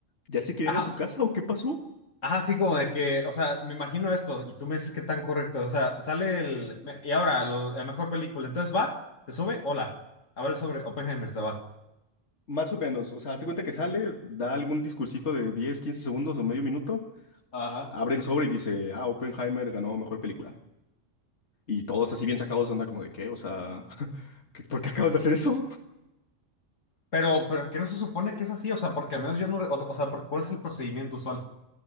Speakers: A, on the left; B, on the left.
A: ¿Ya se quería
B: Ajá,
A: ir a su casa o qué pasó?
B: ajá, así como de que, o sea, me imagino esto y tú me dices que tan correcto, o sea, sale el, me- y ahora, lo- la mejor película, entonces va, te sube, hola, abre el sobre, Oppenheimer se va.
A: Más o menos, o sea, hace cuenta que sale, da algún discursito de 10, 15 segundos o medio minuto,
B: Ajá.
A: abre el sobre y dice, ah, Oppenheimer ganó mejor película. Y todos así bien sacados de onda como de qué, o sea, <laughs> ¿qué- ¿por qué acabas de hacer eso?
B: Pero, pero, Pero que no se supone que es así, o sea, porque al menos yo no, re- o, o sea, porque- ¿cuál es el procedimiento usual?